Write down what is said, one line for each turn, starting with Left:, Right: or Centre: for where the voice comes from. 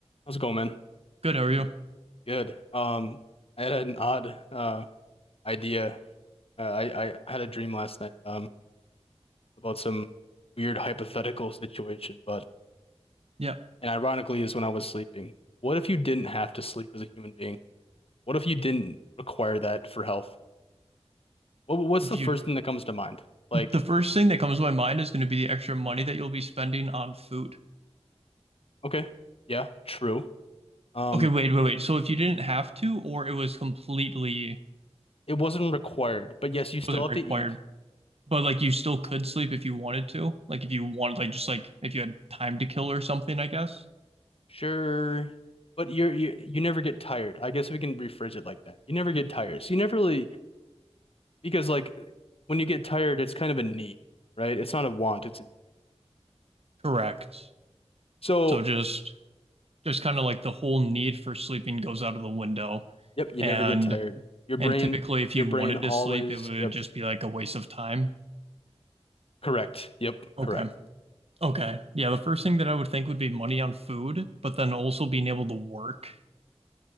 Left: How's it going, man?
Right: Good, how are you?
Left: Good. Um, I had an odd uh idea. Uh, I I had a dream last night um about some weird hypothetical situation, but
Right: Yeah.
Left: and ironically is when I was sleeping. What if you didn't have to sleep as a human being? What if you didn't require that for health? What what's
Right: so If
Left: the
Right: you,
Left: first thing that comes to mind? Like,
Right: the first thing that comes to my mind is going to be the extra money that you'll be spending on food.
Left: okay, yeah, true. Um,
Right: Okay, wait, wait, wait. So if you didn't have to, or it was completely, it
Left: it wasn't required, but yes, you still
Right: wasn't
Left: have
Right: required,
Left: to eat.
Right: but like you still could sleep if you wanted to, like if you wanted, like just like if you had time to kill or something, I guess.
Left: Sure, but you're you you never get tired. I guess we can rephrase it like that. You never get tired. So you never really Because like when you get tired, it's kind of a need, right? It's not a want, it's a
Right: Correct.
Left: so
Right: So just just kind of like the whole need for sleeping goes out of the window.
Left: yep, you
Right: And
Left: never get tired. Your brain
Right: and typically if
Left: your
Right: you
Left: brain
Right: wanted
Left: always
Right: to sleep, it would
Left: yep,
Right: just be like a waste of time.
Left: correct. Yep,
Right: Okay.
Left: correct.
Right: Okay. Yeah, the first thing that I would think would be money on food, but then also being able to work.